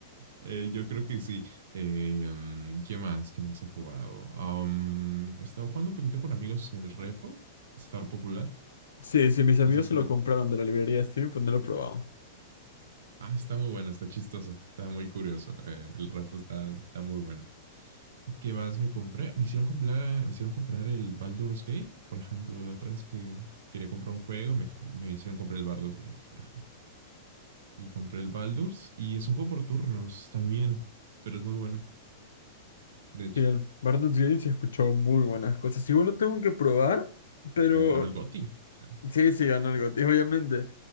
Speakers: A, on the right; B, on the left.
A: Eh, yo creo que sí. Eh, mm, ¿qué más? ¿Qué más he jugado? Um, he estado jugando un poquito con amigos el repo. Está popular.
B: Sí, sí, mis amigos
A: Así se...
B: se lo compraron de la librería Steam, pero no lo he probado.
A: Ah, está muy bueno, está chistoso, está muy curioso. Eh, el repo está, está muy bueno. ¿Qué más me compré? Me hicieron comprar, me hicieron comprar el Baldur's Gate, por ejemplo, la otra vez que quería comprar un juego, me, me hicieron comprar el Baldur's Gate, por ejemplo. Y compré el Baldur's y es un juego por turnos también, pero es muy bueno. De hecho,
B: Sí, el Baldur's Gate se escuchó muy buenas cosas. Igual lo tengo que probar, pero
A: tiene, ganó el GOTY. o sea.
B: sí, sí, ganó el GOTY, obviamente.